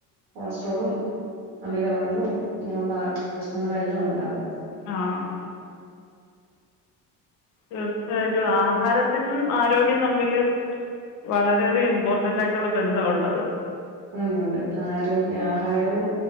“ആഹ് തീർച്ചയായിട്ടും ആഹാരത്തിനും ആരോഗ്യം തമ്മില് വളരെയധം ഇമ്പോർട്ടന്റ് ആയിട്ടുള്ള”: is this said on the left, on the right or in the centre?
Left